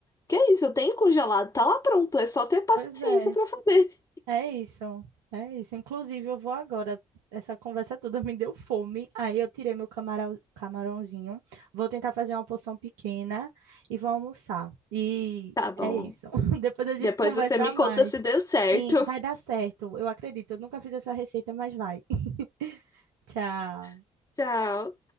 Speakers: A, on the left; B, on the right.
A: Que é isso, eu tenho congelado, tá lá pronto, é só ter paciência
B: Pois é.
A: pra fazer.
B: É isso, é isso. Inclusive, eu vou agora. Essa conversa toda me deu fome. Aí eu tirei meu camarão, camarãozinho. Vou tentar fazer uma porção pequena e vou almoçar. E
A: Tá bom.
B: é isso. <laughs> Depois a gente
A: Depois
B: conversa
A: você me
B: mais.
A: conta se deu certo.
B: Sim, vai dar certo. Eu acredito. Eu nunca fiz essa receita, mas vai. <laughs> Tchau.
A: <laughs> Tchau.